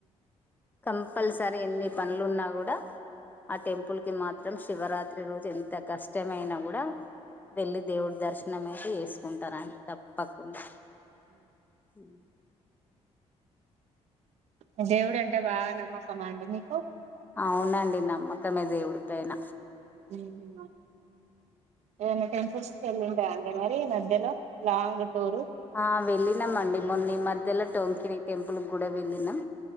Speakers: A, on the left; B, on the right.
A: కంపల్సరీ ఎన్ని పనులున్నా కూడా ఆ టెంపుల్ కి మాత్ త్రం శివరాత్రి రోజు ఎంత కష్టమైన కూడా వెళ్ళి దేవున్ దర్శనం ఐతే చేసుకుంట్ అంటా రాండి తప్పకుండా ఉ
B: ఉమ్ దేవుడే టీ బాగా నమ్మకం అండి మీ కు
A: అవునండి నమ్మకమే దేవుడిపైన
B: హూ హూ ఏమైనా టెంపుల్స్ కెళ్ళిండ్ర అండి మరి మధ్యలో లాంగ్ టూరు
A: ఆ వెళ్ళినాంమండి మొన్నీ మధ్యలో టోంకిని టెంపుల్ కూడ వెళ్ళినం